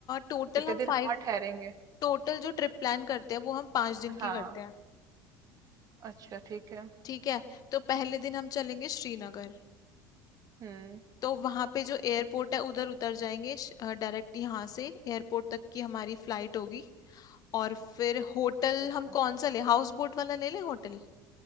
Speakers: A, on the left; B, on the right.
A: टोटल
B: कितने
A: हम
B: दिन
A: फाइव
B: हम वहाँ ठहरेंगे
A: टोटल जो ट्रिप प्लान करते हैं वो हम पाँच दिन की
B: हाँ
A: करते हैं
B: अच्छा ठीक है
A: ठीक है तो पहले दिन हम चलेंगे श्रीनगर
B: हम्म
A: तो वहां पे जो एयरपोर्ट है उधर उतर जाएंगे डायरेक्ट यहाँ से एयरपोर्ट तक की हमारी फ्लाइट होगी और फिर होटल
B: अच्छा
A: हम कौन सा ले हाउस बोट वाला ले ले होटल